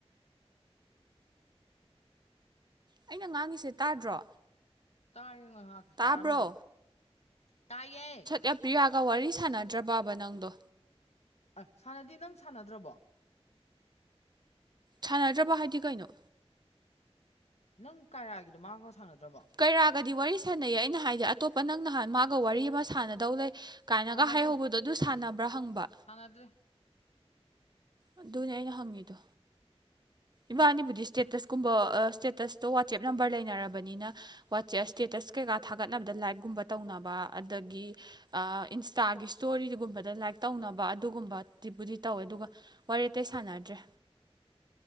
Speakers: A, on the right; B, on the left.
A: ꯑꯩꯅ ꯉꯥꯡꯉꯤꯁꯦ ꯇꯥꯗ꯭ꯔꯣ
B: ꯇꯥꯏꯌ ꯉꯥꯏꯍꯥꯛꯇꯤ
A: ꯇꯥꯕ꯭ꯔꯣ
B: ꯇꯥꯔꯝꯗꯦ ꯇꯥꯏꯌꯦꯦ
A: ꯑꯦ ꯄ꯭ꯔꯤꯌꯥꯒ ꯋꯥꯔꯤ ꯁꯥꯟꯅꯗ꯭ꯔꯕꯕ ꯅꯪꯗꯣ
B: ꯑ ꯁꯥꯟꯅꯗꯤ ꯅꯪ ꯁꯥꯟꯅꯗ꯭ꯔꯕꯣ
A: ꯁꯥꯟꯅꯗ꯭ꯔꯕ ꯍꯥꯏꯗꯤ ꯀꯩꯅꯣ
B: ꯅꯪ ꯀꯥꯏꯔꯥꯒꯤꯗꯣ ꯃꯥꯥꯡꯒ ꯁꯥꯟꯅꯗ꯭ꯔꯕꯣ
A: ꯀꯩꯔꯥꯒꯗꯤ ꯋꯥꯔꯤ ꯁꯥꯟꯅꯩ ꯑꯩꯅ ꯍꯥꯏꯗꯤ ꯑꯇꯣꯞꯄ ꯅꯪ ꯅꯍꯥꯟ ꯃꯥꯒ ꯋꯥꯔꯤ ꯑꯃ ꯁꯥꯟꯅꯗꯧ ꯂꯩ ꯀꯥꯏꯅꯒ
B: ꯁꯥꯟꯅꯗ꯭ꯔꯦ
A: ꯍꯥꯏꯍꯧꯕꯗꯣ ꯑꯗꯨ ꯁꯥꯟꯅꯕ꯭ꯔꯥ ꯍꯪꯕ
B: ꯁꯥꯟꯅꯗ꯭ꯔꯦ
A: ꯑꯗꯨꯅꯦ ꯑꯩꯅ ꯍꯪꯉꯤꯗꯣ ꯏꯕꯥꯅꯤꯕꯨꯗꯤ ꯁ꯭ꯇꯦꯇꯁꯀꯨꯝꯕ ꯁ꯭ꯇꯦꯇꯁꯇꯣ ꯋꯥꯆꯦꯞ ꯅꯝꯕꯔ ꯂꯩꯅꯔꯕꯅꯤꯅ ꯋꯥꯆꯦꯞ ꯏꯁꯇꯦꯇꯁ ꯀꯩꯀꯥ ꯊꯥꯒꯠꯅꯕꯗ ꯂꯥꯏꯠꯀꯨꯝꯕ ꯇꯧꯅꯕ ꯑꯗꯒꯤ ꯏꯟꯁꯇꯥꯒꯤ ꯏꯁꯇꯣꯔꯤꯒꯨꯝꯕꯗ ꯂꯥꯏꯛ ꯇꯧꯅꯕ ꯑꯗꯨꯒꯨꯝꯕ ꯕꯨꯗꯤ ꯇꯧꯋꯦ ꯑꯗꯨꯒ ꯋꯥꯔꯤ ꯑꯇꯩ ꯁꯥꯟꯅꯗ꯭ꯔꯦ